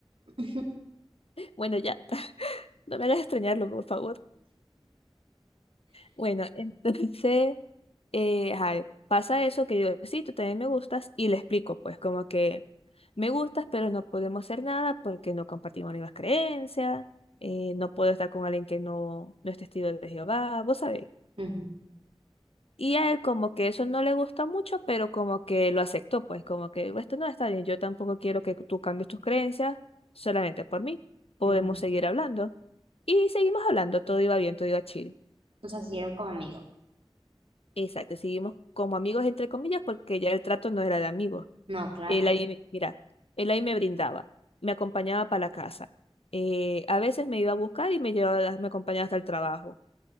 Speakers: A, on the right; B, on the left.
A: <laughs>
B: Bueno, ya. No me hagas extrañarlo, por favor. Bueno, entonces, <laughs> eh, ajá, pasa eso que yo, sí, tú también me gustas y le explico, pues, como que me gustas, pero no podemos hacer nada porque no compartimos las mismas creencias, eh, no puedo estar con alguien que no, no es testigo de Jehová, vos sabéis.
A: <laughs>
B: Y a él como que eso no le gusta mucho, pero como que lo aceptó, pues, como que "Bueno, esto no está bien, yo tampoco quiero que tú cambies tus creencias solamente por mí, podemos
A: Ujú.
B: seguir hablando. Y seguimos hablando, todo iba bien, todo iba chill.
A: O sea, siguieron conmigo.
B: Exacto, seguimos como amigos entre comillas porque ya el trato no era de amigos.
A: No, claro.
B: Él ahí, me- mira, él ahí me brindaba, me acompañaba para la casa. eh, a veces me iba a buscar y me llevaba, me acompañaba hasta el trabajo.